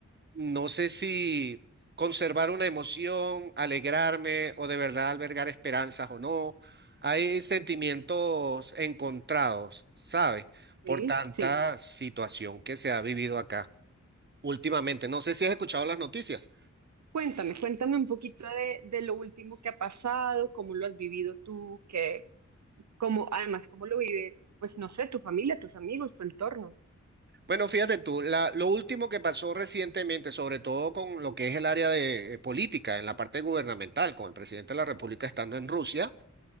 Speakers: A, on the right; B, on the right.
A: no sé si conservar una emoción, alegrarme o de verdad albergar esperanzas o no. Hay sentimientos encontrados, ¿sabes?
B: Sí,
A: Por tanta
B: sí.
A: situación que se ha vivido acá últimamente. No sé si has escuchado las noticias.
B: Cuéntame, cuéntame un poquito de, de lo último que ha pasado, cómo lo has vivido tú, que, cómo, además, cómo lo vive, pues no sé, tu familia, tus amigos, tu entorno.
A: Bueno, fíjate tú, la- lo último que pasó recientemente, sobre todo con lo que es el área de eh, política, en la parte gubernamental, con el presidente de la República estando en Rusia,